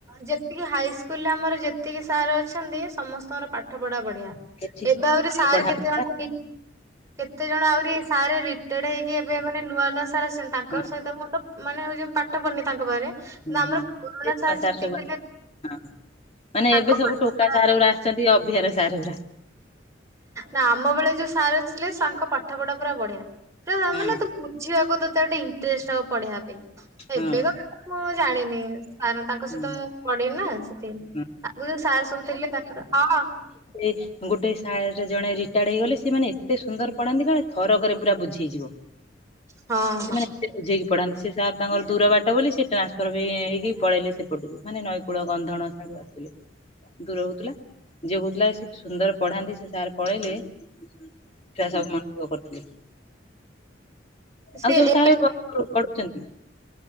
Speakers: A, on the right; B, on the left.
A: ଯେତିକି ହାଇସ୍କୁଲ୍ ରେ ଆମର ଯେତିକି ସାର୍ ଅଛନ୍ତି ସମସ୍ତଙ୍କର ପା ଠ ପଢା ବଢିଆ
B: ଏଠି
A: ଏବେ
B: ସବୁ
A: ଆଉରି
B: ଭଲ
A: ସାର୍
B: ପଢା
A: କେତେ
B: ହଉଥିଲା
A: ଜଣ <unintelligible> କେତେ ଜଣ ଆହୁରି ସାରେ ରିଟାୟାର୍ଡ ହେଇକି ଏବେ ମାନେ ନୂଆ ନୂଆ ସାର୍ ଆସିଛନ୍ତି ତାଙ୍କ
B: ହଁ
A: ସହିତ ମୁଁ ତ ମାନେ ହଉଛି ମୁଁ ପାଠ ପଢନି ତାଙ୍କ ପାଖରେ। କିନ୍ତୁ
B: ହୁଁ,
A: ଆମର
B: ହୁଁ
A: ପୁରୁଣା
B: <unintelligible> କା ସାର୍
A: ଯେତିକି
B: ସବୁ
A: ଥିଲେ
B: ହଁ ମାନେ
A: ତାଙ୍କ
B: ଏବେ ସବୁ
A: ପାଠ
B: ଟୋକା
A: ପଢା
B: ସାର୍ ଉଡା ଛନ୍ତି ଅଭିଆରା ସାର୍ ଗୁରା।
A: ନା ଆମ ବେଳେ ଯୋଉ ସାର୍ ଥିଲେ ତାଙ୍କ ପାଠ ପଢା ପୁରା ବଢିଆ। ତୁ ଆ
B: ହଁ
A: ମାନେ ତୁ ବୁଝିବାକୁ ତୋତେ ଗୋଟେ ଇଣ୍ଟରେଷ୍ଟ ହବ ପଢିବା ପାଇଁ।
B: ହଁ
A: ଏବେକା <inaudible> ମୁଁ ଜାଣିନି। ସାର୍ ତାଙ୍କ
B: ହଁ
A: ସହିତ ମୁଁ ପଢିନି ନା ସେଥିଲାଗି।
B: ହଁ।
A: ଆଗୁରୁ ଯୋଉ ସାର୍ ସବୁ ଥିଲେ ତାଙ୍କର ହଁ
B: ଏ ଗୋଟେ ସାରେ ସେ ଜଣେ ରିଟାୟାର୍ଡ ହେଇଗଲେ ସେମାନେ ଏତେ ସୁନ୍ଦର ପଡାନ୍ତି କଣ ଥରକରେ ପୁରା ବୁଝେଇଯିବ।
A: ହଁ
B: ସେମାନେ ଏତେ ବୁଝେଇକି ପଢାନ୍ତି ସେ ସାର୍ ତାଙ୍କର ଦୂର ବାଟ ବୋଲି ସେ ଟ୍ରାନ୍ସଫର୍ ବି ଏ, ହେଇକି ପଳେଇଲେ। ସେପଟକୁ ମାନେ ନଈକୂଳ ଗନ୍ଧଣ ସାଡୁ ଆସୁଥିଲେ। ଦୂର ହଉଥିଲା। ଝିଅ କହୁଥିଲା ସେ ସୁନ୍ଦର ପଢାନ୍ତି ସେ ସାର୍ ପଳେଇଲେ। ଛୁଆ ସବୁ ମନ ଦୁଃଖ କରୁଥିଲେ
A: ସେ
B: ଆଉ ସବୁ
A: ଏବେ
B: ସାରେ <inaudible> ପଢୁଚନ୍ତି।